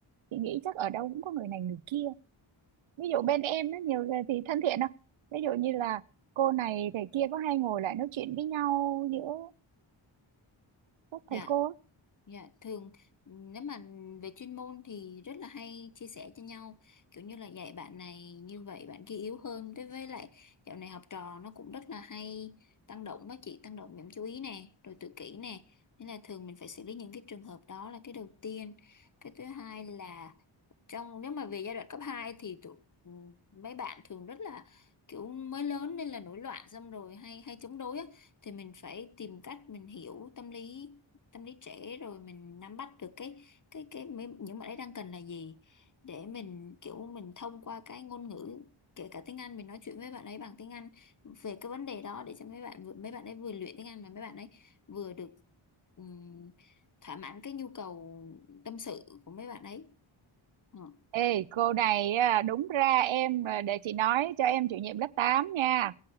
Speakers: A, on the right (about 70°); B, on the left (about 40°).
A: chị nghĩ chắc ở đâu cũng có người này người kia ví dụ bên em nó nhiều người thì thân thiện không ví dụ như là cô này thầy kia có hay ngồi lại nói chuyện với nhau giữa các thầy
B: dạ.
A: cô á.
B: Dạ, thường nếu mà về chuyên môn thì rất là hay chia sẻ cho nhau kiểu như là dạy bạn này như vậy bạn kia yếu hơn đối với lại dạo này học trò nó cũng rất là hay tăng động với chị tăng động điểm chú ý nè rồi tự kỷ nè nên là thường mình phải xử lý những cái trường hợp đó là cái đầu tiên cái thứ hai là trong nếu mà về giai đoạn cấp 2 thì tụi ừ, mấy bạn thường rất là kiểu mới lớn nên là nổi loạn xong rồi hay hay chống đối á thì mình phải tìm cách mình hiểu tâm lý tâm lý trẻ rồi mình nắm bắt được cái cái cái mấy- những bạn ấy đang cần là gì để mình kiểu mình thông qua cái ngôn ngữ kể cả tiếng Anh mình nói chuyện với bạn ấy bằng tiếng Anh về cái vấn đề đó để cho mấy bạn vừa- mấy bạn ấy vừa luyện tiếng Anh mà mấy bạn ấy vừa được ừm, thỏa mãn cái nhu cầu tâm sự của mấy bạn ấy Ờ.
A: ê cô này à, đúng ra em à, để chị nói cho em chủ nhiệm lớp 8 nha